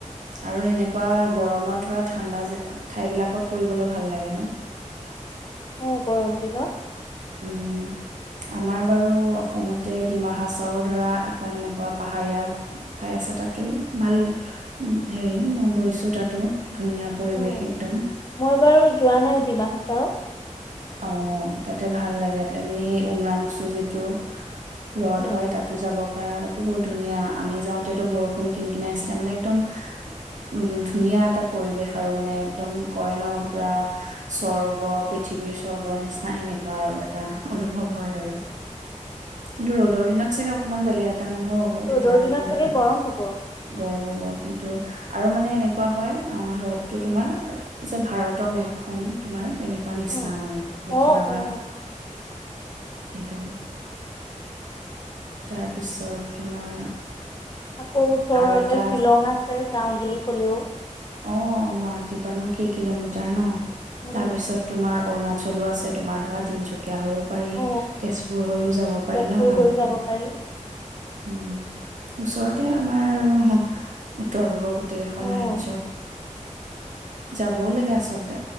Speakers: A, on the right (about 70°); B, on the left (about 35°).
A: আৰু সেনেকোৱা গৰমত ধৰা ঠাণ্ডা জে ঠাইবিলাকত ফুৰিবলৈ ভাল লাগে ন
B: অ গৰম দিনত
A: উম আমাৰ বাৰু অসমতে ডিমাহাচাও ধৰা এখন এনেকোৱা পাহাৰীয়া ঠাই আছে তাতো ভাল হেৰি মই গৈছো তাতো ধুনীয়া পৰিৱেশ
B: অঁ
A: একদম
B: মই বাৰু যোৱা নাই ডিমাহাছাও
A: অ তাতে ভাল লাগে আমি সেই উমৰাংচু যিটো ৰদ
B: অঁ
A: হয় তাতো যাব পাৰা তাতো বহুত ধুনীয়া আমি যাওঁতোতো বৰষুণ কিন কিন আছিলে মানে একদম উম ধুনীয়া এটা পৰিৱেশ আৰু মানে একদম কয় ন পুৰা স্বৰ্গ পৃথিৱীৰ স্বৰ্গ নিচিনা সেনেকুৱা আৰু এটা অনুভৱ হয় আৰু কিন্তু ৰ'দৰ দিনত চাগে অকণমান বেলেগ এটা তিতা মানুহ হ'ব তেতিয়া
B: ৰ'দৰ
A: আমি
B: দিনত চাগে
A: ধৰা
B: গৰম হ'ব
A: গৰম হ'ব কিন্তু আৰু মানে এনেকুৱা হয় ৰ্ৰদটো তোমাৰ যে ভাৰতৰ মেপখন তোমাৰ তেনেকুৱ না
B: অঁ
A: মানে দেখিবা
B: অঁ
A: বা
B: অঁ
A: সেইটো তাৰপিছত তোমাৰ
B: আকৌ ওচৰতে
A: আৰু এটা
B: শ্বিলং আছে যাওওঁ বুলি ক'লেও
A: অ গুৱাহাটী পানো কি কিলোমিটাৰ ন
B: উম।
A: তাৰপিছত তোমাৰ অৰুণাচলো আছে তোমাৰ ধৰা তিচুকীয়া কীয়া হৈও পাৰি
B: অ
A: তেজপুৰ হৈও যাব পাৰি
B: তেজপুৰ
A: ন ভালুকপুং
B: হৈ যাব পাৰি।
A: উম ওচৰতে আমাৰ আৰু উত্তৰ পূৱৰ গোটেইকখন
B: অ',
A: ৰাজ্য় যাবও লাগে আচলতে